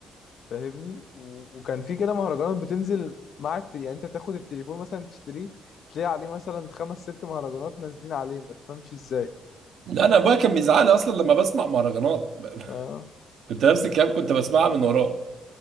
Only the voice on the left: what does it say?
فاهمني و... وكان في كده مهرجانات بتنزل مع التل... يعني انت تاخد التليفون مثلا تشتريه تلاقي عليه مثلا خمس ست مهرجانات نازلين عليه ما تفهمش ازاي
اه